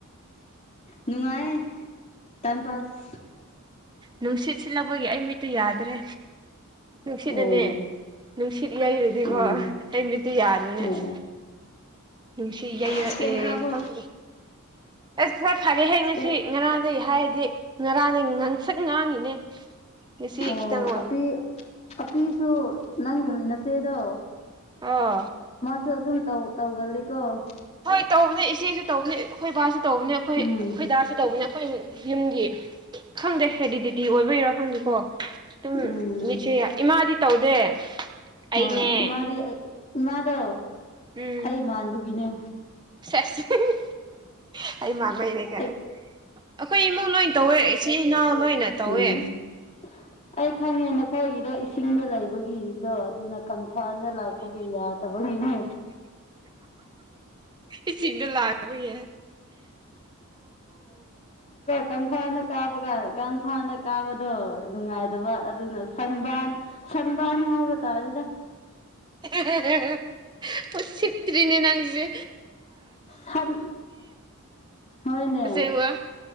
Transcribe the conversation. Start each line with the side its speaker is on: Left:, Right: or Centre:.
Left: ꯅꯨꯡꯉꯥꯏ ꯇꯥꯏꯝ ꯄꯥꯁ
Right: ꯅꯨꯡꯁꯤꯠ ꯁꯤꯠꯂꯕꯒꯤ ꯑꯩ ꯃꯤꯠꯇꯨ ꯌꯥꯗ꯭ꯔꯦ ꯅꯨꯡꯁꯤꯠ
Left: ꯑꯣ
Right: ꯑꯅꯦ ꯅꯨꯡꯁꯤꯠ ꯌꯩꯔꯗꯤꯀꯣ
Left: ꯑꯣ
Right: ꯑꯩ ꯃꯤꯠꯇꯨ ꯌꯥꯗ꯭ꯔꯅꯦ
Left: ꯑꯣ
Right: ꯑꯁ ꯅꯨꯡꯁꯤ ꯌꯩꯔꯛꯑꯦ
Left: ꯏꯁꯄꯦꯛ ꯍꯥꯞꯄꯣ
Right: ꯈꯪ ꯑꯁ ꯈꯔ ꯐꯔꯦꯍꯦ
Left: ꯏꯁꯄꯦꯛ
Right: ꯉꯁꯤ ꯉꯔꯥꯡꯗꯩ ꯍꯥꯏꯔꯗꯤ ꯉꯔꯥꯡꯗꯒꯤ ꯉꯥꯡꯁꯛ ꯉꯥꯡꯉꯤꯅꯦ ꯉꯁꯤ
Left: ꯑꯣ
Right: ꯈꯤꯇꯪ ꯑꯣꯏ
Left: ꯑꯄꯤ ꯑꯄꯤꯁꯨ ꯅꯪꯒꯤ ꯅꯆꯦꯗꯣ
Right: ꯑꯣ
Left: ꯁꯨ ꯑꯗꯨꯝ ꯇꯧꯒꯜꯂꯤꯀꯣ
Right: ꯍꯣꯏ ꯇꯧꯕꯅꯦ ꯏꯆꯦꯁꯨ ꯇꯧꯕꯅꯦ ꯑꯩꯈꯣꯏ ꯕꯥꯁꯨ ꯇꯧꯕꯅꯦ ꯑꯩꯈꯣꯏ
Left: ꯎꯝ
Right: ꯑꯩꯈꯣꯏ ꯗꯥꯁꯨ ꯇꯧꯕꯅꯦ ꯑꯩꯈꯣꯏ ꯌꯨꯝꯒꯤ ꯈꯪꯗꯦ ꯍꯦꯗꯤꯗꯤꯇꯤ ꯑꯣꯏꯕꯒꯤꯔꯥ ꯈꯪꯗꯦꯀꯣ ꯑꯗꯨꯝ
Left: ꯎꯝ
Right: ꯃꯤꯆꯦ ꯏꯃꯥꯗꯤ ꯇꯧꯗꯦ ꯑꯩꯅꯦ
Left: ꯍꯣꯏ ꯏꯃꯥꯗꯤ ꯏꯃꯥꯗꯣ
Right: ꯎꯝ
Left: ꯑꯩ ꯃꯥꯟꯕꯒꯤꯅꯦ
Right: ꯆꯁ <unintelligible> ꯑꯩ ꯃꯥꯟꯕꯩꯅꯦ ꯀꯥꯏ
Left: ꯑꯩ
Right: ꯑꯩꯈꯣꯏ ꯏꯃꯨꯡ ꯂꯣꯏꯅ ꯇꯧꯋꯦ ꯏꯆꯤꯜ ꯏꯅꯥꯎ ꯂꯣꯏꯅ ꯇꯧꯋꯦ
Left: ꯎꯝ ꯑꯩ ꯈꯪꯉꯦ ꯅꯈꯣꯏꯒꯤꯗꯣ ꯏꯁꯤꯡꯗ ꯂꯩꯕꯒꯤ ꯗꯣ ꯑꯗꯨꯅ ꯀꯪꯐꯥꯜꯗ ꯂꯥꯛꯄꯒꯤ ꯌꯥꯗꯕꯒꯤꯅꯦ
Right: ꯏꯁꯤꯡꯗ ꯂꯥꯛꯇꯕꯒꯤ
Left: ꯀꯪꯐꯥꯜꯗ ꯀꯥꯕ ꯀꯥꯟꯗ ꯀꯪꯐꯥꯜꯗ ꯀꯥꯕꯗꯣ ꯅꯨꯡꯉꯥꯏꯇꯕ ꯑꯗꯨꯅ ꯁꯟꯕꯥꯟ ꯁꯟꯕꯥꯥꯟ ꯍꯥꯏꯕ ꯇꯥꯔꯦꯗ
Right: <unintelligible> ꯎꯁꯤꯠꯇꯔꯤꯅꯦ ꯅꯪꯒꯤꯁꯦ
Left: ꯁꯟ ꯍꯣꯏꯅꯦ
Right: ꯑꯁꯦꯡꯕ